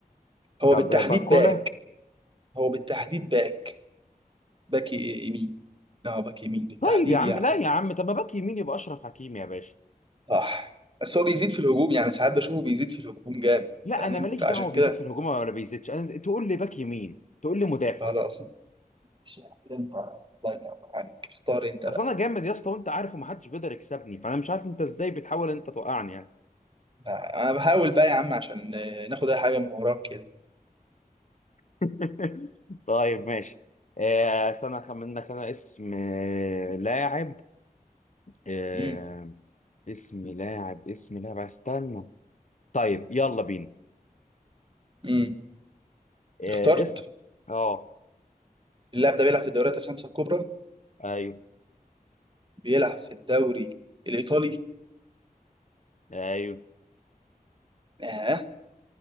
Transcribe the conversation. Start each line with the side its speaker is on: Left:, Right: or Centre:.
Right: هو
Left: طب
Right: بالتحديد
Left: آه، باركولا
Right: باك هو بالتحديد باك باك يمين اه باك يمين بالتحديد
Left: طيب يا عم
Right: يعني
Left: لا يا عم طب ما باك يمين يبقى اشرف حكيمي يا باشا
Right: صح بس هو بيزيد في الهجوم يعني ساعات بشوفه بيزيد في الهجوم جامد
Left: لا
Right: فاهم
Left: انا ماليش
Right: فعشان
Left: دعوه بيزيد
Right: كده
Left: في الهجوم ولا بيزيدش انا تقول لي باك يمين تقول لي مدافع
Right: خلاص ماشي. انت الله ينور عليك اختار انت بقى
Left: اصل انا جامد يا اسطى وانت عارف ومحدش بيقدر يكسبني فانا مش عارف انت ازاي بتحاول انت توقعني يعني
Right: آه، انا بحاول بقى يا عم عشان آه، ناخد اي حاجه من وراك كده
Left: <laughs> طيب ماشي آه، استنى اخمن لك انا اسم آه، لاعب آه،
Right: امم
Left: اسم لاعب اسم لاعب استنى طيب يلا بينا
Right: امم
Left: إيه،
Right: اخترت
Left: اسأل اه
Right: اللاعب ده بيلعب في الدوريات الخمسه الكبرى
Left: ايوه
Right: بيلعب في الدوري الإيطالي
Left: ايوه
Right: آه